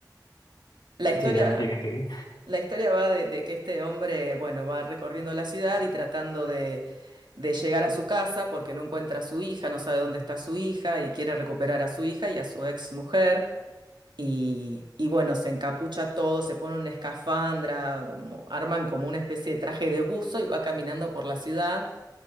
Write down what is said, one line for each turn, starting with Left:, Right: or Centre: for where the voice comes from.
Right: la historia...
Left: sí, dale, sigue, sigue,
Right: La historia va de, de que este hombre, bueno, va recorriendo la ciudad y tratando de, de llegar a su casa porque no encuentra a su hija, no sabe dónde está su hija y quiere recuperar a su hija y a su ex mujer. Y, y bueno, se encapucha todo, se pone una escafandra, como, arman como una especie de traje de buzo y va caminando por la ciudad.